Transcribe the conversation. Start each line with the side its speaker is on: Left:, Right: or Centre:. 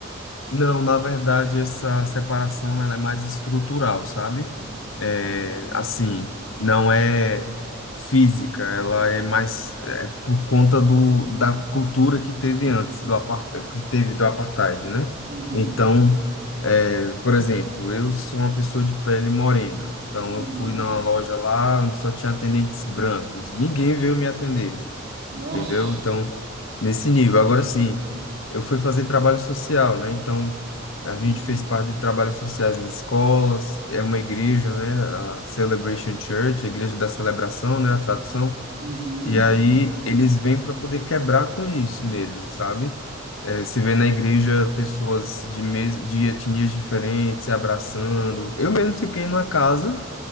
Left: Não, na verdade, essa separação ela é mais estrutural, sabe?
Right: Hum,
Left: É,
Right: entendi.
Left: assim, não é física, ela é mais é, por conta do, da cultura que teve antes, do apar- que teve do apartheid, né?
Right: Uhum,
Left: Então, é, por exemplo, eu sou uma pessoa de pele morena, então
Right: uhum.
Left: eu fui numa loja lá onde só tinha atendentes brancos, ninguém veio me atender
Right: Nossa.
Left: entendeu? Então, nesse nível. Agora sim, eu fui fazer trabalho social, né? Então, a
Right: Uhum,
Left: gente fez parte de trabalhos sociais em escolas, é uma igreja, né? A Celebration Church, a Igreja da Celebração, né? A tradução.
Right: uhum,
Left: E aí, eles vêm para poder quebrar com isso mesmo, sabe? É, se vê na igreja pessoas de, mes... de etnias diferentes se abraçando. Eu mesmo fiquei numa casa